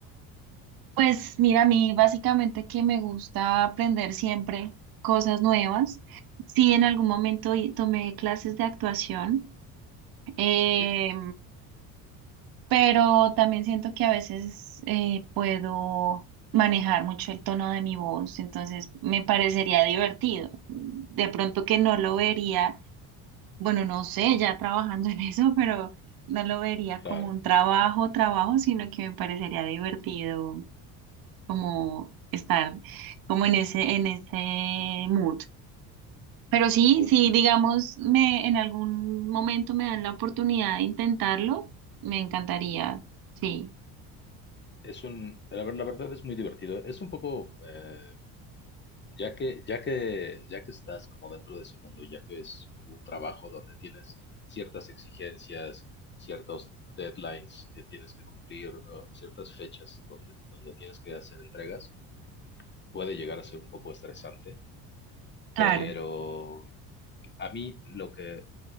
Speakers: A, on the right (about 50°); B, on the left (about 25°).
A: Pues mira, a mí básicamente que me gusta aprender siempre cosas nuevas. Sí, en algún momento y- tomé clases de actuación. Eh,
B: Sí,
A: pero también siento que a veces eh, puedo manejar mucho el tono de mi voz, entonces me parecería divertido. De pronto que no lo vería, bueno, no sé, ya trabajando <laughs> en eso, pero no lo vería
B: claro.
A: como un trabajo, trabajo, sino que me parecería divertido como estar como en ese, en ese mood. Pero sí,
B: Un-
A: sí, digamos, me, en algún momento me dan la oportunidad de intentarlo, me encantaría, sí.
B: es un, la, ver- la verdad es muy divertido. Es un poco eh, Ya que, ya que, ya que estás como dentro de ese mundo, ya que es como un trabajo donde tienes ciertas exigencias, ciertos deadlines que tienes que cumplir, o ciertas fechas donde, donde tienes que hacer entregas, puede llegar a ser un poco estresante,
A: Claro.
B: pero a mí lo que